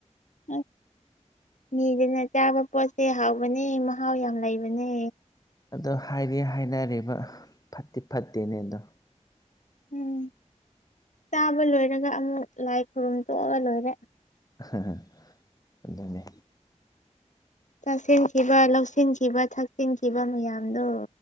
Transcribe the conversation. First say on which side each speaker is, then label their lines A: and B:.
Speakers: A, on the left; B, on the left.
A: ꯑꯁ ꯅꯤꯗꯅ ꯆꯥꯕ ꯄꯣꯠꯁꯦ ꯍꯥꯎꯕꯅꯦ ꯃꯍꯥꯎ ꯌꯥꯝ ꯂꯩꯕꯅꯦ
B: ꯑꯗꯣ ꯍꯥꯏꯗꯤ ꯍꯥꯏꯅꯔꯦꯕ ꯐꯠꯇꯤ ꯐꯠꯇꯦꯅꯦ ꯑꯗꯣ
A: ꯎꯝ ꯆꯥꯕ ꯂꯣꯏꯔꯒ ꯑꯃꯨꯛ ꯂꯥꯏ ꯈꯨꯔꯨꯝ ꯊꯣꯛꯑꯒ ꯂꯣꯏꯔꯦ
B: ꯑꯍ ꯍ ꯑꯗꯨꯅꯦ
A: ꯆꯥꯁꯤꯟꯈꯤꯕ ꯂꯧꯁꯤꯟꯈꯤꯕ ꯊꯛꯆꯤꯟꯈꯤꯕ ꯃꯌꯥꯝꯗꯣ